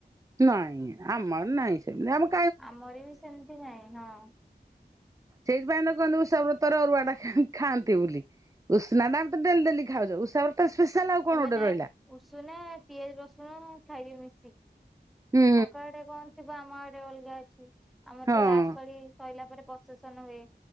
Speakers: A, on the right; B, in the centre.
A: ନାଇଁ ଆମର ନାହିଁ ସେମିତି ଆମ
B: ଆମର ବି ସେମିତି ନାହିଁ ହଁ।
A: ସେଇଥିପାଇଁ ତ କହନ୍ତି ଉଷାବ୍ରତରେ ଅରୁଆ ଟା ଖାଆନ୍ତି ବୋଲି। ଉଷନା ଟା ଆମେ ତ ଡେଲି ଖାଉଚେ ଉଷାବାରେ ତ ସ୍ପେଶାଲ ଆଉ। କଣ
B: ସେମାନେ
A: ଗୋଟେ ରହିଲା
B: ଉଷୁନା ପିଆଜ ରସୁଣ ଖାଇବେ ମିଶିକି।
A: ହୁଁ
B: ତାଙ୍କ ଆଡେ କଣ ଥିବ ଆମ ଆଡେ ଅଲଗା ଅଛି ଆମର
A: ହଁ
B: ବି ଲାଷ୍ଟ ପାଳି ସଇଲା ପରେ ପ୍ରସେସନ ହୁଏ